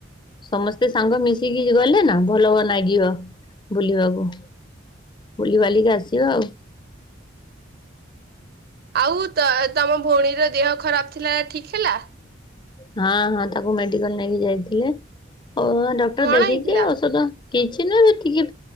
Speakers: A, on the left (about 25°); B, on the right (about 50°).
A: ସମସ୍ତେ ସାଙ୍ଗ ମିଶିକି ଗଲେ ନା ଭଲ ହ ନାଗିବ ବୁଲିବାକୁ। ବୁଲି ବାଲିକି ଆସିବା ଆଉ।
B: ଆଉ ତ ତମ ଭଉଣୀର ଦେହ ଖରାପ ଥିଲା ଠିକ୍ ହେଲା?
A: ହଁ ହଁ ତାକୁ ମେଡିକାଲ ନେଇକି ଯାଇଥିଲେ ଆଉ ଡକ୍ଟର
B: କଣ
A: ଦେଖିକି
B: ହେଇଥିଲା
A: ଔଷଦ କିଛି ନୁହଁ ସେ ଟିକେ